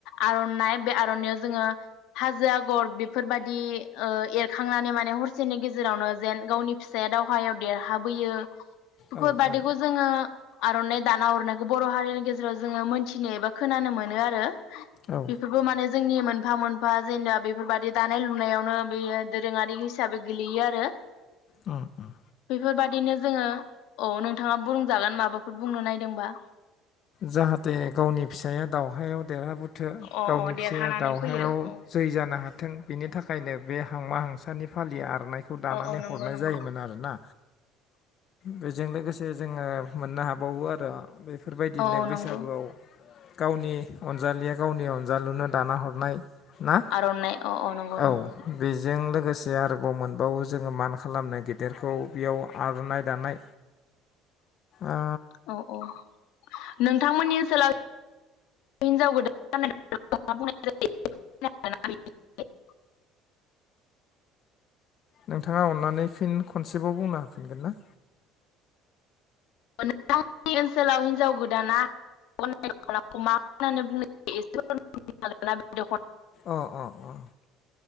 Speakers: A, on the left; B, on the left.
A: आर'नाय बे आर'नायाव जोङो हाजो आग'र बेफोरबायदि ओ एरखांनानै माने हरसेनि गेजेरावनो जेन गावनि फिसाया दावहायाव देरहाबोयो बेफोर
B: औ
A: बादिखौ
B: औ
A: जोङो आर'नाय दाना हरनायखौ बर' हारिनि गेजेराव जोङो मोन्थिनो एबा खोनानो मोनो आरो।
B: औ
A: बेफोरबो माने जोंनि मोनफा मोनफा जेनेबा बेफोरबायदि दानाय लुनायावनो बेयो दोरोङारि हिसाबै गोलैयो आरो।
B: उम उम।
A: बेफोरबायदिनो जोङो औ नोंथाङा बुंजागोन माबाफोर बुंनो नायदोंबा।
B: जाहाथे गावनि फिसाया दावउहायाव देरहाबो थो
A: अ
B: गावनि
A: अ
B: फिसाया
A: देरहानानै
B: दावउहायाव
A: फैयो औ
B: जै जानो हाथो बिनि थाखायनो बे हांमा हांसानि फालिया आर'नायखौ दानानै
A: औ औ नंगौ
B: हरनाय
A: नंगौ
B: जायोमोन आरोना। बेजों लोगोसे जोङो मोननो हाबावो आरो बेफोर बिदिनो
A: औ औ
B: बैसागुआव
A: नंगौ
B: गावनि अनजालिया गावनि अनजालुनो दाना हरनाय ना।
A: आर'नाइ औ नंगौ
B: औ
A: नंगौ
B: बेजों लोगोसे जे आरोबाव मोनबावो जोङो मान खालामनो गेदेरखौ बेयाव आर'नाय दानाय ओ
A: औ औ नोंथांमोननि ओनसोलाव हिनजाव गोदान गाननाय दख'नाखौ मा बुंनाय जायो?
B: नोंथाङा अननानै फिन खनसेबाव बुंनो हाफिनगोन ना?
A: नोंथांनि ओनसोलाव हिनजाव गोदाना मा <inaudible> होननानै बुंनाय जायो <inaudible>
B: अ अ ओ